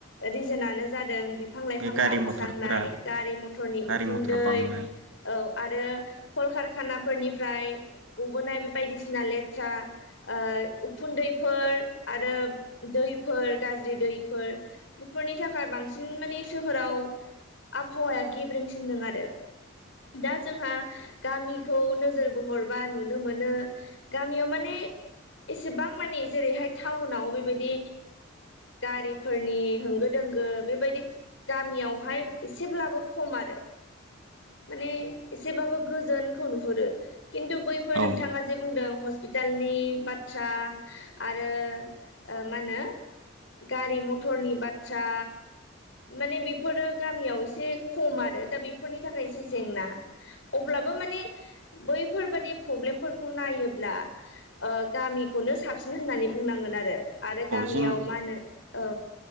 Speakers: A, on the left; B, on the right.
A: रिजोनानो जादों बिफां लाइफां
B: बे गारि
A: दानस्रांनाय
B: मथरफोरा
A: गारि मथरनि
B: गारि
A: उखुन्दै
B: मथर बांनाय
A: औ आरो कलकारखानाफोरनिफ्राय गबोनाय बे बदिस सिना लेथ्रा ओ उखुन्दैफोर आरो दैफोर गाज्रि दैफोर बेफोरनि थाखाय बांसिन माने सोहोराव आबहावाया गेब्रेंसिनदों आरो दा जोंहा गामिखौ नोजोर बोहोर बा नुनो मोनो गामियाव माने एसेबां माने जेरैहाय टाउनाव बेबायदि गारिफोरनि होंगो दोंगो बेबायदि गामियावहाय एसेब्लाबो खमआरो माने एसेबाबो गोजोनखौ नुहुरो खिन्थु बैफोर
B: औ-औ-औ-औ-औ-औ
A: नोंथाङा जे बुंदों हस्पिटालनि बाथ्रा आरो ओ माहोनो गारि मथरनि बाथ्रा माने बेफोरो गामियाव एसे खम आरो दा बेफोरनि जि जेंना अब्लाबो माने बैफोरबादि प्रब्लेमफोरखौ नायोब्ला ओ गामिखौनो साबसिन होननानै बुंनांगोन आरो आरो गामियाव
B: जों
A: मा होनो औ